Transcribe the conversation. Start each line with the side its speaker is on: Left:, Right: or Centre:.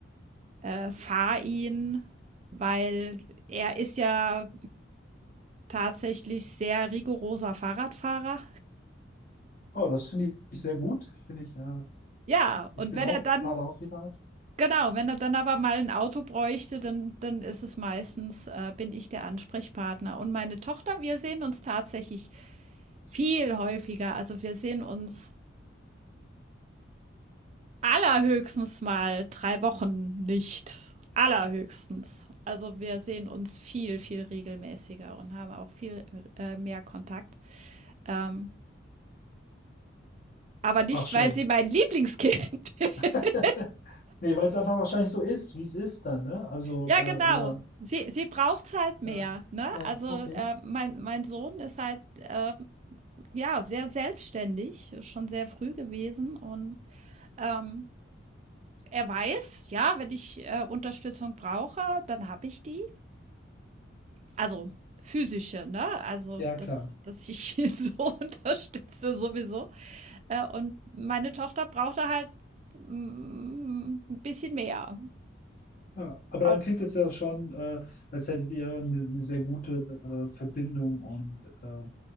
Right: äh, fahre ihn, weil er ist ja tatsächlich sehr rigoroser Fahrradfahrer.
Left: Oh, das finde ich sehr gut. Finde ich, äh,
Right: Ja,
Left: ich
Right: und
Left: bin
Right: wenn
Left: auch,
Right: er dann
Left: habe auch privat.
Right: genau, wenn er dann aber mal ein Auto bräuchte, dann dann ist es meistens äh, bin ich der Ansprechpartner. Und meine Tochter, wir sehen uns tatsächlich viel häufiger. Also, wir sehen uns Allerhöchstens mal drei Wochen nicht. Allerhöchstens. Also wir sehen uns viel, viel regelmäßiger und haben auch viel äh, mehr Kontakt. Ähm, aber nicht,
Left: Ach, schön.
Right: weil sie mein Lieblingskind <laughs>
Left: <laughs> Nee, weil es einfach wahrscheinlich so ist, wie es ist dann, ne? Also,
Right: ja,
Left: äh,
Right: genau.
Left: oder,
Right: Sie, sie braucht es halt mehr.
Left: ja,
Right: Ne?
Left: ja,
Right: Also
Left: okay.
Right: äh, mein, mein Sohn ist halt äh, ja sehr selbstständig, schon sehr früh gewesen. Und ähm, er weiß, ja, wenn ich äh, Unterstützung brauche, dann habe ich die. Also, physische, ne? Also,
Left: Ja, klar.
Right: dass dass ich ihn so <laughs> unterstütze sowieso. Äh, und meine Tochter brauchte halt, hm, 'n bisschen mehr.
Left: Ja, aber
Right: Auch
Left: dann klingt es ja schon, äh, als hättet ihr eine, eine sehr gute äh, Verbindung und äh,